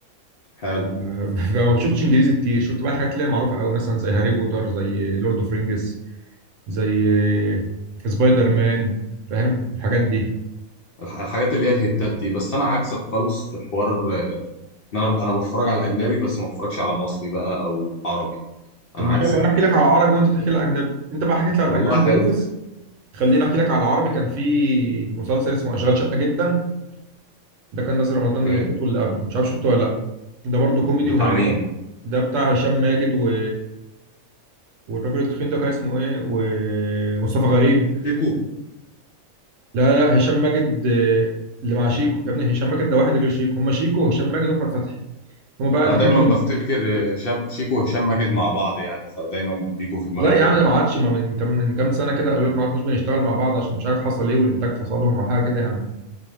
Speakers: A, on the left; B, on the right.
A: حلو
B: <laughs> فما بشوفتش انجليزي كتير شفت بقى الحاجات اللي هي معروفه قوي مثلا زي هاري بوتر زي لورد اوف رينجز زي سبايدر مان فاهم الحاجات دي
A: الح- الحاجات اللي هي الهيتات دي بس انا عكسك خالص في حوار آه، ان انا انا بتفرج على اجنبي بس ما بتفرجش على مصري بقى او عربي
B: طب
A: انا
B: ما
A: عكسك
B: حلو انا
A: في
B: احكي
A: الحتة
B: لك على العربي
A: دي
B: وانت تحكي لي على الاجنبي انت بقى حكيت لي على
A: والله
B: الاجنبي زي
A: حلو
B: اوفيس خليني احكي لك على العربي كان في مسلسل اسمه اشغال شقه جدا ده كان نازل رمضان
A: اوكي
B: اللي فات واللي قبله مش عارف شفته ولا لا ده برضه كوميدي
A: بتاع
B: وهيعجبك
A: مين
B: ده بتاع هشام ماجد و... والراجل التخين ده كان اسمه ايه ومصطفى غريب
A: شيكو
B: لا لا هشام ماجد آه، اللي مع شيكو يا ابني هشام ماجد ده واحد غير شيكو هم شيكو وهشام ماجد واحمد فتحي هم بقى
A: انا
B: الاثنين
A: دايما بفتكر آه، هشام شيكو وهشام ماجد مع بعض يعني فدايما بيجوا في دماغي
B: لا يا
A: كده
B: عم ده ما عادش ما من كام من كام سنه كده قالوا لك ما عدناش بنشتغل مع بعض عشان مش عارف حصل ايه والانتاج فصلهم او حاجه كده يعني